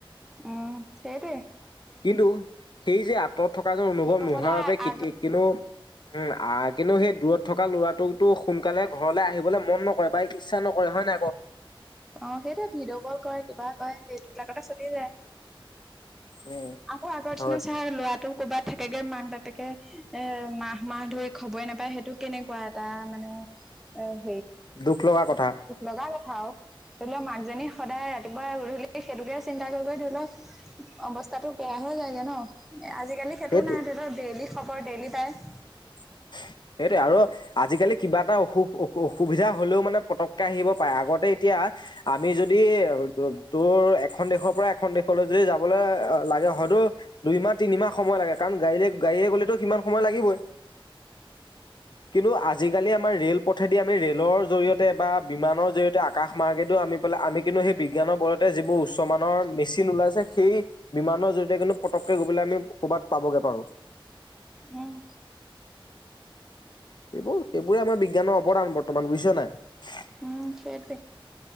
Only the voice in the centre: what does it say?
উ'ম। সেইটোৱে।
অকলে
আগ
অ', সেইটোৱে ভিডিঅ' কল কৰে কিবা কৰে। সেইটোবিলাকতে চলি যায়।
আকৌ আগৰ
দিনা ছাৰ ল'ৰাটো ক'ৰবাত থাকেগে। মাক বাপেকে এ মাহ- মাহ ধৰি খবৰে নাপায়। সেইটো কেনেকুৱা এটা মানে অ'।
দুখ লগা কথা আৰু ধৰি লওক মাকজনী সদায় ৰাতিপুৱা গধূলি সেইটোকে চিন্তা কৰি ধৰি লওঁক। অৱস্থাতটো বেয়া হৈ যায়গে ন। আজিকালি সেইটো
নাই ধৰি লক ডেইলি খব -বৰ ডেইলি পাই।
উ'ম।
উ'ম। সেইটোৱে।